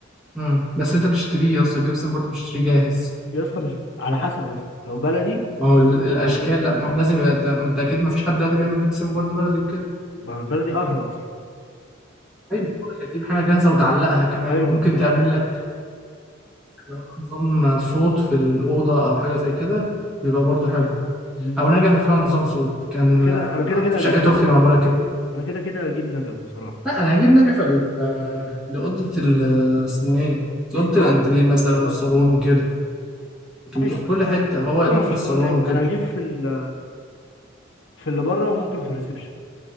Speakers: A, in the centre; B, on the left.
A: مم. بس انت بتشتريه يا اسطى الجبسن بورد بتشتريه جاهز
B: يا اسطى مش على حسب يا اسطى لو بلدي
A: ما هو ال- الاشكال
B: هو ب...
A: لا ما هو لازم يبقى انت ما انت اكيد ما فيش حد دلوقتي بيعمل جبسن بورد بلدي وكده
B: ما هو البلدي أغلى أصلا
A: طيب بقولك هتجيب حاجة جاهزة وتعلقها كمان
B: أيوه
A: وممكن
B: بتبقى
A: تعمل
B: ب...
A: لك لو نظام صوت في الأوضة أو حاجة زي كده بيبقى برضه حلو
B: مم.
A: أو نجفة فيها نظام صوت كان
B: ما أنا كده أنا كده كده
A: في
B: هجيب
A: شقة
B: نجف
A: أختي معمولة كده
B: أنا كده كده هجيب نجف بصراحة
A: لا أنا هجيب نجفة لل- لأوضة ال- اسمه إيه؟ لأوضة
B: الصالون
A: الأنتريه مثلا والصالون
B: أه
A: وكده لكن مش
B: أيوه
A: في
B: أنا
A: كل حتة هو
B: لا
A: يا دوب
B: ما هو
A: في
B: مش
A: الصالون
B: فوق حتة
A: وكده
B: أنا هجيب في ال... في اللي بره وممكن في الريسبشن